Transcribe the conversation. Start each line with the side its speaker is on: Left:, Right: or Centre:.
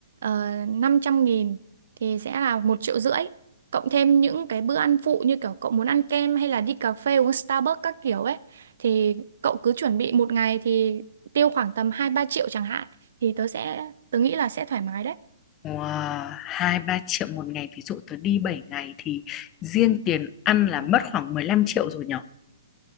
Right: uh, 500 nghìn thì sẽ là một triệu rưỡi. Cộng thêm những cái bữa ăn phụ như kiểu cậu muốn ăn kem hay là đi cà phê uống Starbucks các kiểu ấy thì cậu cứ chuẩn bị một ngày thì tiêu khoảng tầm 2 3 triệu chẳng hạn thì tớ sẽ tớ nghĩ là sẽ thoải mái đấy.
Left: wow. hai ba triệu một ngày ví dụ tớ đi 7 ngày thì riêng tiền ăn là mất khoảng 15 triệu rồi nhở